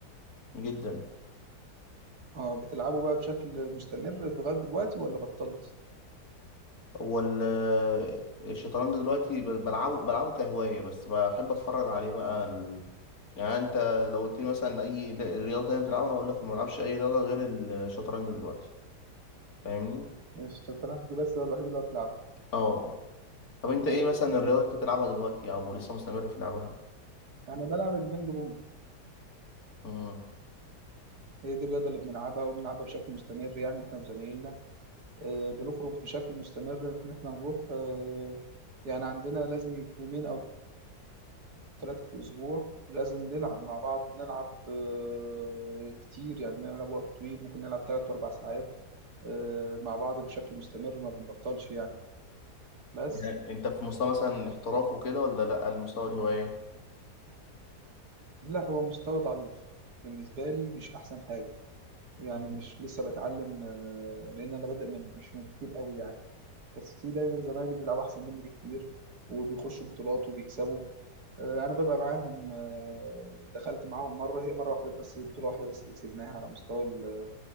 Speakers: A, on the left; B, on the right.
A: جدا
B: اه بتلعبه بقى بشكل مستمر لغاية دلوقتي ولا بطلت؟
A: هو ال... الشطرنج دلوقتي ب- بلعبه بلعبه كهوايه بس بحب اتفرج عليه بقى ال... يعني انت لو قلت لي مثلا اي رياضه تانية بتلعبها هقول لك ما بلعبش اي رياضه غير الشطرنج دلوقتي فاهمني
B: يعني الشطرنج بس هو الوحيد اللي هو بتلعبه
A: اه طب انت ايه مثلا
B: مم.
A: الرياضه اللي انت بتلعبها دلوقتي او لسه مستمر في لعبها
B: أنا بلعب البينج بونج
A: امم
B: هي دي الرياضة اللي بنلعبها وبنلعبها بشكل مستمر يعني إحنا وزمايلنا آه، بنخرج بشكل مستمر ان احنا هنروح آه، يعني عندنا لازم يومين او ثلاثة في الاسبوع لازم نلعب مع بعض بنلعب آه، كتير يعني بنلعب وقت طويل ممكن نلعب ثلاث واربع ساعات آه، مع بعض بشكل مستمر ما بنبطلش يعني بس
A: يعني انت في مستوى مثلا احتراف وكده ولا لا المستوى الهوايه
B: لا هو مستوى ضعيف بالنسبة لي مش احسن حاجة يعني
A: مم.
B: مش لسه بتعلم آه، لان انا بادئ من مش من كتير قوي يعني بس في دايما زمايلي بيلعبوا احسن مني بكتير وبيخشوا بطولات وبيكسبوا آه، انا ببقى معاهم آه، دخلت معاهم مره هي مره واحده بس بطوله واحده بس اللي كسبناها على مستوى ال-